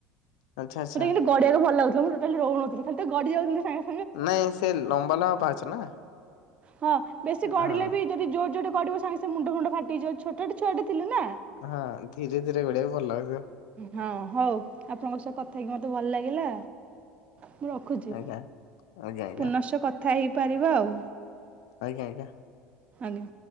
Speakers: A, on the left; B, on the right.
A: ଆଚ୍ଛା ଆଚ୍ଛା।
B: ମୋତେ କିନ୍ତୁ ଗଡି ବାକୁ ଭଲ ଲାଗୁଥିଲା। ରହୁନଥିଲି ଖାଲି ତ ଗ। ଯାଉଛନ୍ତି ସାଙ୍ଗ
A: ନାଇଁ ସେ ଲମ୍ବା ଲମ୍ବା ପାହାଚ ନା।
B: ହଁ ବେଶି
A: ହଁ
B: ଗଡିଲେ ବି ଯଦି ଜୋ ଯୋଉଠି ଗଡିବ ସାଙ୍ଗେ ମୁଣ୍ଡ ମୁଣ୍ଡ ଫାଟିଯିବ ଛୋଟ ଟେ ଛୁଆଟେ ଥି ଥିଲୁନା
A: ହଁ ଧୀରେ ଧୀରେ ଗଡିବାକୁ ଭଲ ଲାଗିବ
B: ହଁ ହଉ ଆପଣଙ୍କ ସହ କ ମତେ ଭଲ ଲାଗିଲା। ମୁଁ ରଖୁଛି
A: ଆଜ୍ଞା ଆଜ୍ଞା ଆଜ୍ଞା
B: ପୁନଶ୍ଚ କ କଥା ହେଇପାରିବା ଆଉ।
A: ଆଜ୍ଞା ଆଜ୍ଞା।
B: ଆଜ୍ଞା।